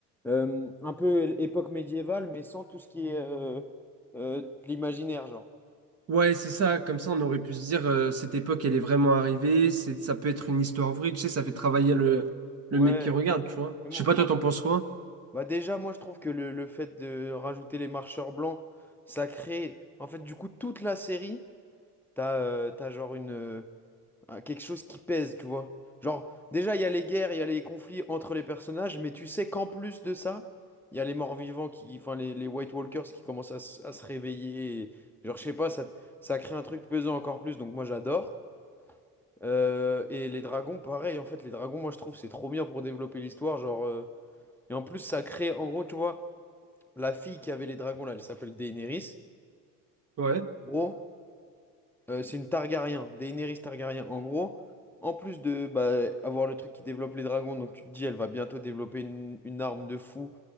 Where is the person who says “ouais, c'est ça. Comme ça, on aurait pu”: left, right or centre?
Right